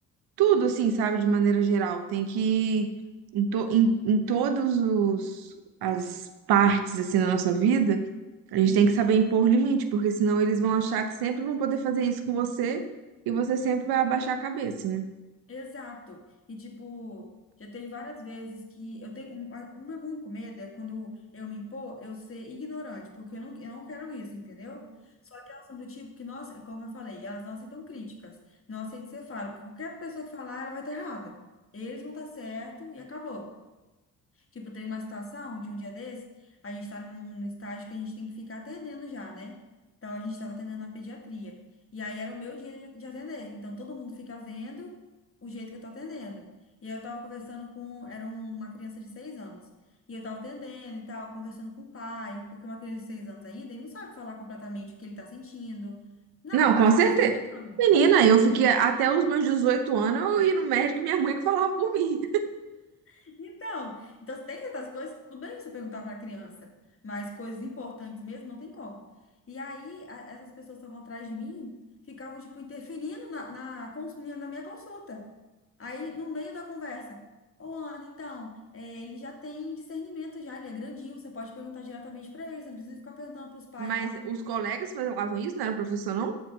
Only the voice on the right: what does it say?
tudo assim, sabe, de maneira geral. Tem que, em, to, em, em todos os, as partes, assim, da nossa vida, a gente
tem que saber impor limite, porque senão eles vão achar que sempre vão poder fazer isso com você e você sempre vai abaixar a cabeça, né?
Não,
com
certeza.
Menina, eu fiquei até os meus 18 anos, eu ia no médico e minha mãe que falava por mim.
Mas
os colegas falavam isso, não era o professor, não?